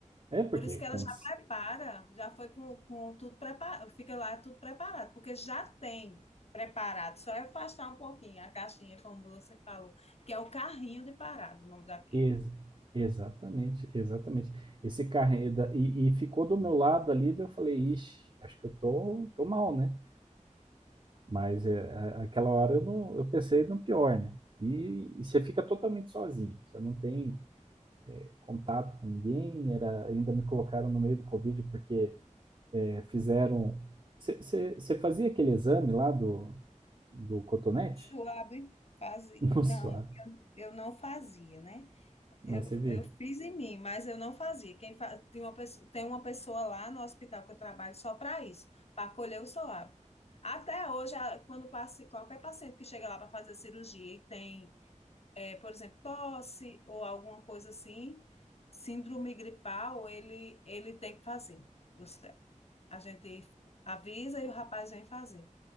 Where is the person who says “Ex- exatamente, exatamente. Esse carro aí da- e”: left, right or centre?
Right